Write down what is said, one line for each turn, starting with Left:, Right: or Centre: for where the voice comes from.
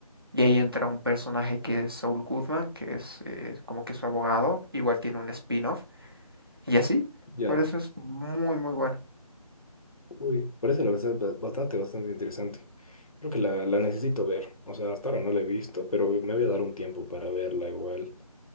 Right: Y ahí entra un personaje que es Saul Goodman, que es eh, como que su abogado. Igual tiene un spin-off. Y así.
Left: ya.
Right: Por eso es muy, muy bueno.
Left: Uy, parece la verdad ba- bastante, bastante interesante. Creo que la, la necesito ver. O sea, hasta ahora no la he visto, pero me voy a dar un tiempo para verla igual.